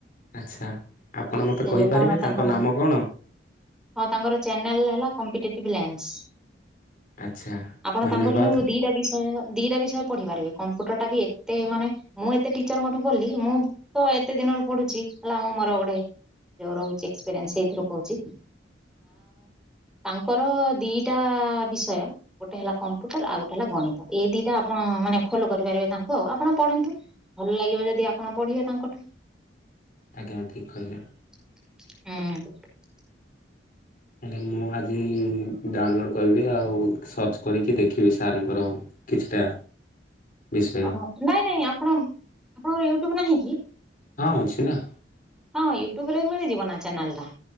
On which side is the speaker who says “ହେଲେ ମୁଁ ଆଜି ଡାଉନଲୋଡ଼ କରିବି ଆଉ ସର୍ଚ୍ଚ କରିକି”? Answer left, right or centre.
Left